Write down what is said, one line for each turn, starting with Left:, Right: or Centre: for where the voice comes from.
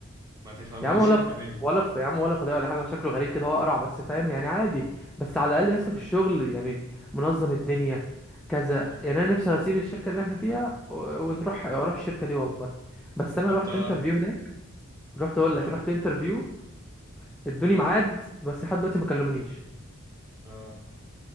Right: ما تفهملوش
Centre: يا عم ولا
Right: انت
Centre: ف...
Right: مل
Centre: ولا ف... يا عم ولا فضيه ولا حاجه شكله غريب كده هو قرع بس فاهم يعني عادي بس على الاقل يا اسطى في الشغل يعني منظم الدنيا كذا
Right: مم.
Centre: يعني انا نفسي اسيب الشركه اللي احنا فيها و... ونروح اروح الشركه دي والله بس انا
Right: انت
Centre: رحت انترفيو هناك رحت اقول
Right: اه
Centre: لك رحت انترفيو ادوني ميعاد بس لحد دلوقتي ما كلمونيش
Right: اه